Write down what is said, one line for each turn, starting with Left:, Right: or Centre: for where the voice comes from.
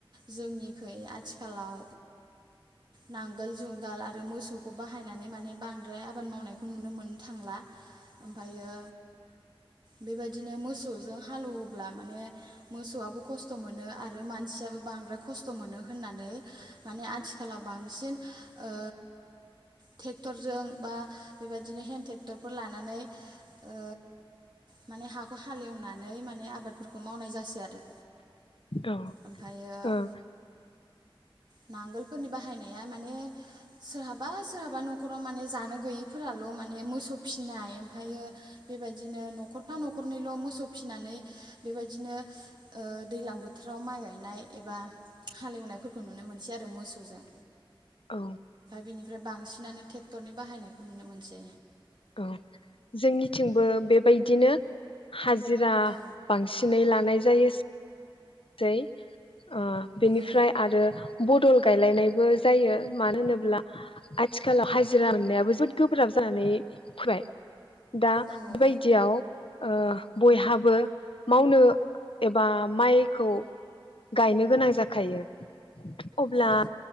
Right: जोंनिखै आथिखालाव नांगोल जुंगाल आरो मोसौखौ बाहायनानै माने बांद्राय आबाद मावनायखौ नुनो मोननो थांला ओमफ्रायो बेबाय बिदिनो मोसौजों हालेवोब्ला माने मोसौआबो खस्थ मोनो आरो मानसियाबो बांद्राय खस्थ मोनो होननानै माने आथिखालाव बांसिन ओ ट्रेक्टरजों बा बेबायदिनो हेन्द ट्रेक्टरफोर लानानै ओ माने हा हालेवनानै माने आबादफोरखौ बेखौ मावनाय जासै आरो।
Left: औ
Right: ओमफ्रायो
Left: ओ।
Right: नांगोलफोरनि बाहायनाया माने सोरहाबा सोरहाबा न'खराव माने जानो गैयिफोराल माने मोसौ फिनाय ओमफायो बेबायदिनो न'खरफा न'खर न'खरनैल मोसौ फिनानै बेबायदिनो ओ दैलां बोथोराव माइ गायनाय एबा हालेवनायफोरखौ नुनो मोनसै आरो मोसौजों
Left: औ।
Right: बेनिफ्राय ओमफ्राय बांसिनानो टेक्टरनि बाहायनायखौ नुनो मोनसै।
Left: औ जोंनिथिंबो बेबायदिनो हाजो जिरा
Right: औ
Left: बांसिनै लानाय जायो जाय ओ बेनिफ्राय
Right: औ
Left: आरो बदल गायलायनायबो जायो मानो होनोब्ला आथिखालाव हाजिरा मोननायाबो जोबोद गोब्राब जानानै फैबाय दा
Right: औ होनोब्ला
Left: बेबायदियाव ओ बयहाबो मावनो एबा माइ खौ गायनो गोनां जाख खायो अब्ला
Right: औ